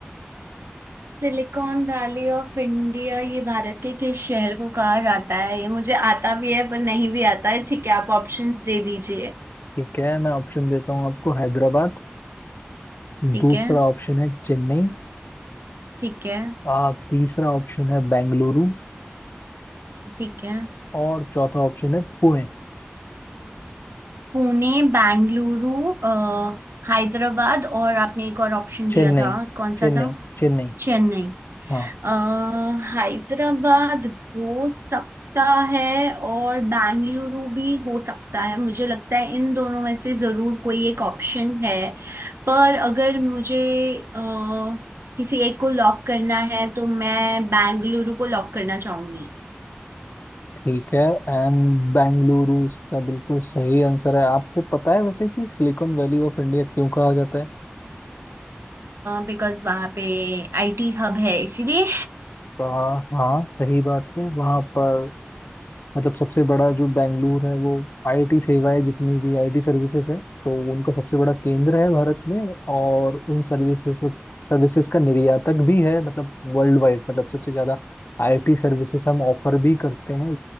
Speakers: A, on the right; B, on the left.
A: सिलिकॉन वैली ऑफ इंडिया ये भारत के किस शहर को कहा जाता है ये मुझे आता भी है पर नहीं भी आता है ठीक है आप ऑप्शंस दे दीजिए
B: ठीक है मैं ऑप्शन देता हूँ आपको हैदराबाद
A: ठीक
B: दूसरा
A: है
B: ऑप्शन है चेन्नई
A: ठीक है
B: आ, तीसरा ऑप्शन है बेंगलुरु
A: ठीक है
B: और चौथा ऑप्शन है पुणे
A: पुणे बेंगलुरु अ, हैदराबाद और आपने एक और ऑप्शन
B: चेन्नई
A: दिया था कौन सा
B: चेन्नई
A: था
B: चेन्नई
A: चेन्नई
B: हाँ।
A: अ, हैदराबाद हो सकता है और बेंगलुरु भी हो सकता है मुझे लगता है इन दोनों में से जरूर कोई एक ऑप्शन है पर अगर मुझे अ, किसी एक को लॉक करना है तो मैं बेंगलुरु को लॉक करना चाहूंगी
B: ठीक है एंड बेंगलुरु इसका बिल्कुल सही आंसर है आपको पता है वैसे कि सिलिकॉन वैली ऑफ इंडिया क्यों कहा जाता है
A: बिकॉज वहां पे आईटी हब है इसीलिए
B: हाँ हाँ सही बात है वहां पर मतलब सबसे बड़ा जो बेंगलुरु है वो आईटी सेवाएं जितनी भी आईटी सर्विसेज है तो उनका सबसे बड़ा केंद्र है भारत में और उन सर्विसेज सर्विसेज का निर्यातक भी है मतलब वर्ल्ड वाइड मतलब सबसे ज्यादा आईटी सर्विसेज हम ऑफर भी करते हैं